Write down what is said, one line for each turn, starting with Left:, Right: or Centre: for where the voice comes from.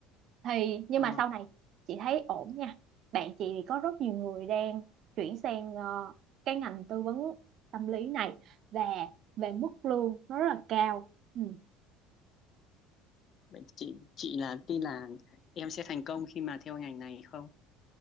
Right: thì nhưng
Left: Ờ,
Right: mà sau này chị thấy ổn nha bạn chị thì có rất nhiều người đang chuyển sang ờ, cái ngành tư vấn tâm lý này và về mức lương nó rất là cao Ừ.
Left: vậy chị chị là tin là em sẽ thành công khi mà theo ngành này không?